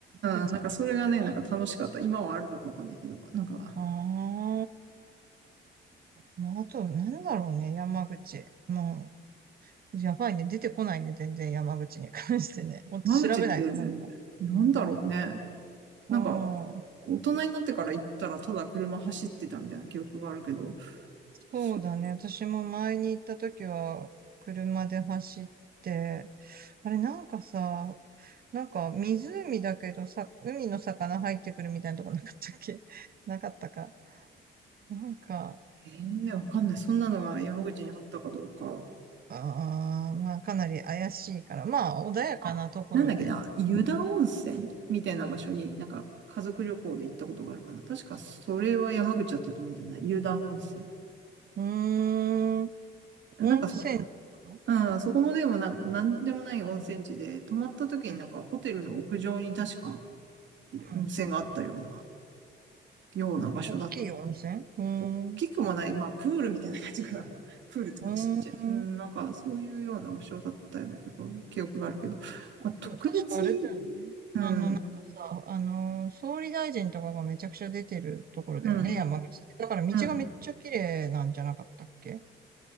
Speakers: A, on the right (about 50°); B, on the right (about 65°).
A: える。<laughs> うん
B: うん、なんかそれがね、
A: あ
B: なんか楽しかった。今はあるのかわかんないけど、なんか、
A: あまあ、あと、なんだろうね、山口。もう、やばいね。出てこないね、全然山口に関してね。もっと調べないとダメだ。
B: 間口ってなんだろうね。なんか
A: うん。
B: 大人になってから行ったらただ車走ってたみたいな記憶があるけど、
A: そうだね。
B: そう、
A: 私も前に行った時は、車で走って、あれ、なんかさ、なんか湖だけどさ、海の魚入ってくるみたいなとこなかったっけ <laughs> なかったか。なんか、
B: ええわかんない。そんなのが山口にあったかどうか。
A: あーまあ、かなり怪しいから。まあ、穏やかなところで。
B: あなんだっけな、湯田温泉みたいな場所になんか家族旅行で行ったことがあるかな。確かそれは山口だったと思うんだよな、湯田温泉。
A: うーん、
B: なんかそこ、
A: 温泉かな
B: うん、そこもでもな、なんでもない温泉地で、泊まった時になんかホテルの屋上に確か
A: うんうん
B: 温泉があったような、ような場所だっ
A: 大きい温泉うーん。
B: 大きくもない、
A: う
B: まあ、プールみたいな感じかな。<laughs> プールとかちっちゃい。
A: ーん。
B: うん、なんか、そういうような場所だったような結構記憶があるけど、まあ、
A: でも確かあれだよね。
B: 特別に、うん、
A: あの、なんかさ、あの、総理大臣とかがめちゃくちゃ出てるところだよね、
B: うん、
A: 山口って。だから道がめっちゃ綺麗なんじゃなかったっけ
B: うん、